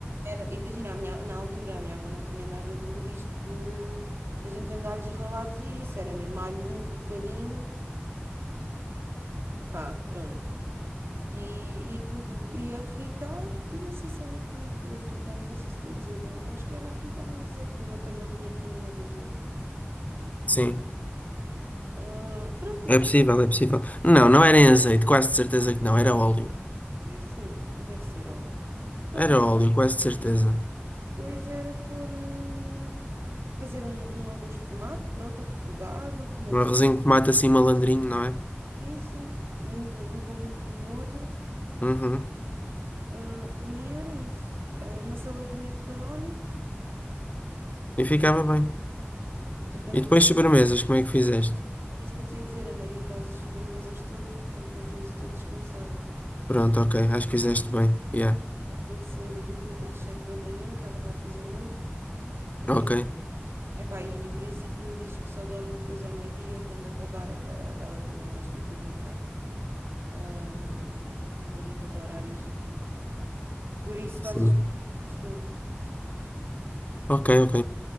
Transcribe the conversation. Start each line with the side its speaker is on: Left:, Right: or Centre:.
Right: Era, imagina, a minha- na altura a minha avó não tinha nada do, disto de que a gente tem de alhos ralados e isso, era mesmo alhinho picadinho, pá, pronto. E, e tudo ia a fritar. Eu não sei se ela punha aquilo a fritar, eu não sei se estou a dizer bem. Eu acho que era a fritar no azeite, numa camadinha fininha de azeite.
Left: Sim.
Right: Ah, pronto, e depois.
Left: É possível, é possível. Não, não era em azeite, quase de certeza que não, era óleo.
Right: Sim, deve ser óleo. Pronto,
Left: Era
Right: e
Left: óleo, quase de certeza.
Right: depois era pôr. hum, fazer um, um arroz de tomate, pronto, refogado, tomatinho,
Left: Um arrozinho de tomate assim malandrinho, não é?
Right: sim, sim. Muito, com muito molho.
Left: Uhum.
Right: Ah, por mim era isso. Ah, uma saladinha de canónicos.
Left: E ficava bem.
Right: Sim, entretanto,
Left: E depois
Right: também
Left: sobremesas, como é que fizeste?
Right: era isso que eu tinha a dizer. A Maria está às sobremesas todas, portanto, quanto a isso, estou descansada.
Left: Pronto, ok, acho que fizeste bem. Yeah.
Right: A dizer que saía do turno às 7 da manhã, que ela vai fazer noite. E,
Left: Ok.
Right: epá, e em princípio diz que só dorme depois ao meio-dia, quando acabar. é que Ela também gosta de dormir tarde. Ahm, rapariga de horários, aquilo. Por isso faz
Left: Sim.
Right: as coisas todas.
Left: Ok, ok.